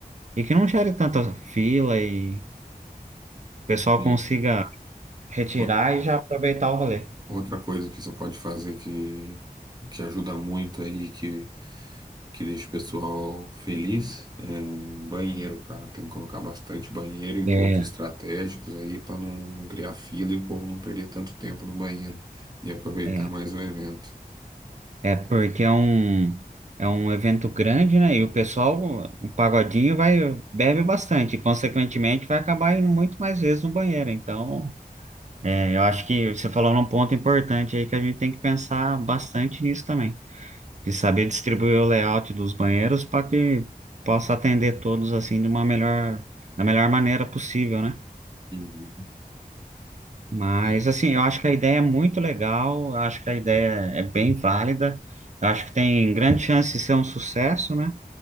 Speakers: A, on the right; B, on the right.
A: e que não gere tanta fila e o pessoal
B: Sim.
A: consiga retirar
B: O-
A: e já aproveitar o rolê.
B: Outra coisa que você pode fazer que, que ajuda muito aí, que, que deixa o pessoal feliz, é banheiro, cara. Tem que colocar bastante banheiro em
A: É.
B: pontos estratégicos aí para não criar fila e o povo não perder tanto tempo no banheiro e aproveitar
A: é.
B: mais o evento.
A: É porque é um, é um evento grande, né? E o pessoal, o pagodinho vai, bebe bastante, consequentemente vai acabar indo muito mais vezes no banheiro. Então, é, eu acho que você falou num ponto importante aí que a gente tem que pensar bastante nisso também, de saber distribuir o layout dos banheiros para que possa atender todos assim de uma melhor, da melhor maneira possível, né?
B: Uhum.
A: Mas
B: É,
A: assim, eu acho que a ideia é muito legal, eu acho que a ideia é bem válida, eu acho que tem grande chance de ser um sucesso, né?